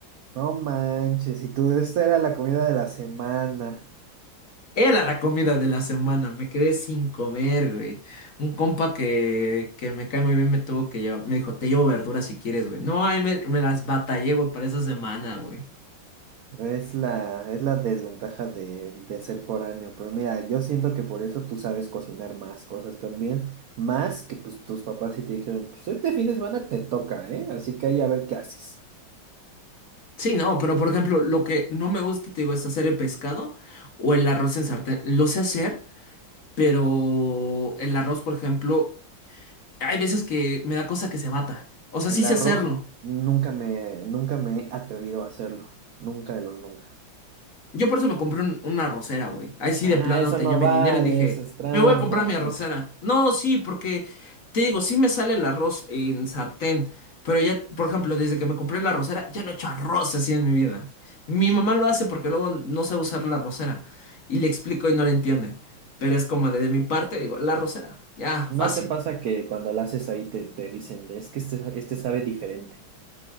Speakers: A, on the right; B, on the left.
A: No manches, y tú, esta era la comida de la semana.
B: Era la comida de la semana, me quedé sin comer, güey. Un compa que, que me cae muy bien me tuvo que llevar, me dijo, te llevo verduras si quieres, güey. No, ay, me, me las batallé, güey, para esa semana, güey.
A: Es la, es la desventaja de, de ser foráneo, pero mira, yo siento que por eso tú sabes cocinar más cosas también, más que pues tus papás sí te dijeron, pues este fin de semana te toca, ¿eh? Así que ahí a ver qué haces.
B: Sí, no, pero por ejemplo, lo que no me gusta, te digo, es hacer el pescado o el arroz en sartén. Lo sé hacer, pero el arroz, por ejemplo, hay veces que me da cosa que se bata. O sea,
A: El
B: sí sé
A: arroz
B: hacerlo,
A: nunca me, nunca me he atrevido a hacerlo, nunca de los nunca.
B: Yo por eso me compré un- una arrocera, güey. Ahí sí
A: Ah,
B: de plano
A: eso
B: tenía
A: no
B: mi
A: vale,
B: dinero y dije,
A: eso es trampa.
B: me voy a comprar mi arrocera. No, sí, porque te digo, sí me sale el arroz en sartén, pero ya, por ejemplo, desde que me compré la arrocera, ya no he hecho arroz así en mi vida. Mi mamá lo hace porque luego no sabe usar la arrocera. Y le explico y no le entiende. Pero es como de, de mi parte, digo, la arrocera. Ya,
A: ¿No
B: fácil.
A: te pasa que cuando lo haces ahí te, te dicen, es que este, este sabe diferente?